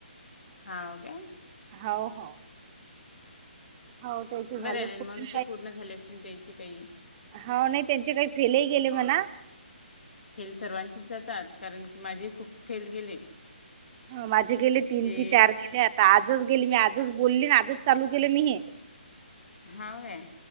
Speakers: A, on the left; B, on the right.
A: हाव काय?
B: हो हो हो. त्याचे झाले
A: बरंर
B: पूर्ण
A: मग ते पूर्ण झाले असतील, त्याचे काही.
B: हो नाही त्यांचे काही फेलही गेले म्हण.
A: फेल सर्वांचीच जातात, कारण की माझे खूप फेल गेले.
B: ह माझे गेले तीन
A: ते
B: की चार केले आता आजच गेली मी आजच बोलली आजच चालू केलं मी हे.
A: हाव काय?